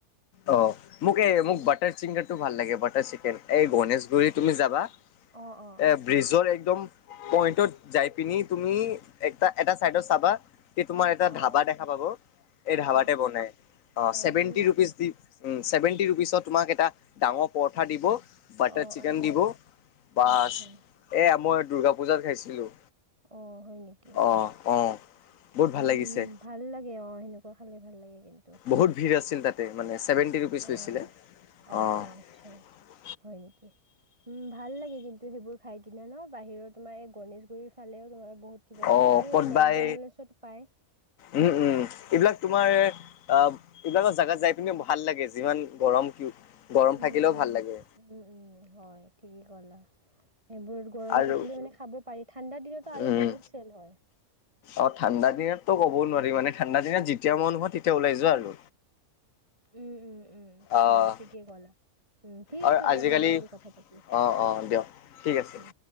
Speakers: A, on the left; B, on the right.
A: অ'! মোক এই মোক
B: বহুত
A: বাটাৰ চিকেনটো ভাল লাগে। এই গণেশগুৰি তুমি যাবা।
B: অঁ অঁ
A: এ ব্ৰিজৰ একদম পইণ্টত যাই পিনি তুমি, এটা এটা চাইডত চাবা। তোমাৰ এটা
B: অঁ
A: ধাবা দেখা পাব। এই
B: অঁ
A: ধাবাতে
B: অঁ
A: বনাই অ'!
B: অঁ
A: ছেভেন্টি
B: হয় নেকি
A: ৰোপিচ। উম, চেভেন্টি ৰোপিচত তোমাক এটা, ডাঙৰ পৰঠা দিব। বাটাৰ
B: অঁ
A: চিকেন
B: অঁ
A: দিব, বাছ
B: আচ্ছা
A: এয়া, মই দূৰ্গা পূজাত খাইছিলোঁ।
B: অ'! হয় নেকি?
A: অ অ বহুত ভাল
B: উম,
A: লাগিছে
B: ভাল লাগে অ'! সেনেকুৱা খালে ভাল লাগে। কিন্তু,
A: বহুত ভিৰ আছিল তাতে। মানে, ছেভেণ্টি ৰোপিচ
B: অঁ
A: লৈছিলে।
B: অঁ
A: অ'!
B: অঁ আচ্ছা হয় নেকি? উম, ভাল লাগে কিন্তু, সেইবোৰ খায় কিনে ন'। বাহিৰৰ তোমাৰ এই, গণেশগুৰিৰ ফালেও ধৰা বহুত কিবা কিবি
A: অ',
B: আৰু
A: কতবাই
B: এই মেকডনাল্ডছত পায়।
A: উম, উম, এইবিলাক তোমাৰ, অ'! এইবিলাকৰ জাগাত যাই পিনে ভাল লাগে। যিমান গৰম কি গৰম
B: উম,
A: থাকিলেও
B: উম,
A: ভাল লাগে।
B: উম, উম, হয় ঠিকেই ক'লা। সেইবোৰত গৰম
A: আৰু
B: থাকিলে মানে, খাব পাৰি। ঠাণ্ডাৰ দিনতটো আৰু
A: উম,
B: বহুত চেল হয়।
A: অ'! ঠাণ্ডা দিনতো ক'ব নোৱাৰি। মানে, ঠাণ্ডা দিনত যেতিয়া মন তেতিয়া ওলাই যোৱা আৰু।
B: উম, উম, উম,
A: অ'
B: হয় ঠিকেই ক'লা। উম, ঠিক
A: আৰু
B: আছে দিয়া,
A: আজিকালি
B: ভাল লাগিল কথা পাতি।
A: অ', অ' দিয়ক ঠিক আছে।
B: উম!